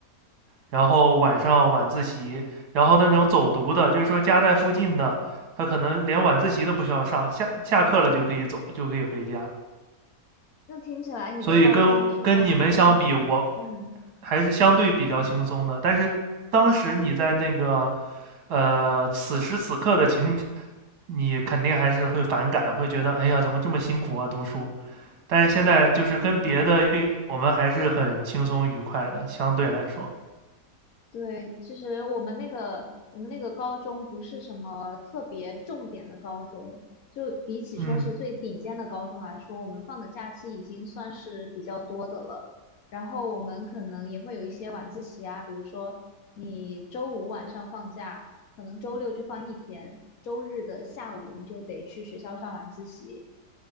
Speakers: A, on the right; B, on the left.
A: 然后晚上晚自习，然后那种走读的，就是说家在附近的，他可能连晚自习都不需要上，下下课了就可以走，就可以回家。
B: 那听起来你的高中生活还蛮幸福的。
A: 所以跟跟你们相比，我
B: 嗯。
A: 还是相对比较轻松的。但是当时你在那个，呃，此时此刻的情，你肯定还是会反感，会觉得哎呀，怎么这么辛苦啊，读书。但是现在就是跟别的，我们还是很轻松愉快的，相对来说，
B: 对，其实我们那个我们那个高中不是什么特别重点的高中，就比起说是最顶尖的高中来说，
A: 嗯。
B: 我们放的假期已经算是比较多的了。然后我们可能也会有一些晚自习啊，比如说你周五晚上放假，可能周六就放一天，周日的下午你就得去学校上晚自习。